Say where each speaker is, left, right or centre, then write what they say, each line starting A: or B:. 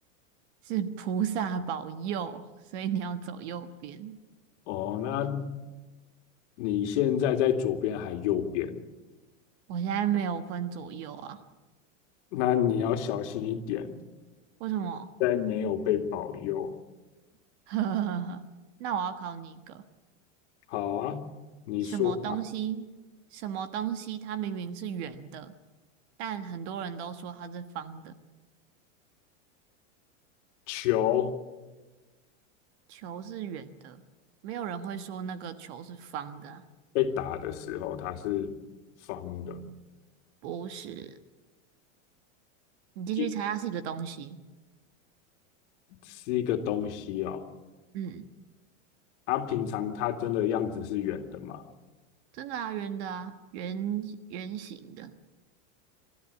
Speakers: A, on the right (about 55°); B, on the left (about 60°).
A: 是菩萨保佑，所以你要走右边。
B: 哦，那你现在在左边还右边？
A: 我现在没有分左右啊，
B: 那你要小心一点，
A: 为什么？
B: 在没有被保佑。
A: <laughs> 呵呵呵那我要考你一个。
B: 好啊，你说吧。
A: 什么东西，什么东西，它明明是圆的，但很多人都说它是方的。
B: 球。
A: 球是圆的，没有人会说那个球是方的啊
B: 被打的时候它是方的，
A: 不是，你继续猜，
B: 一
A: 它是一个东西。
B: 是一个东西哦。
A: 嗯，
B: 它平常它真的样子是圆的吗？
A: 真的啊，圆的啊，圆圆形的，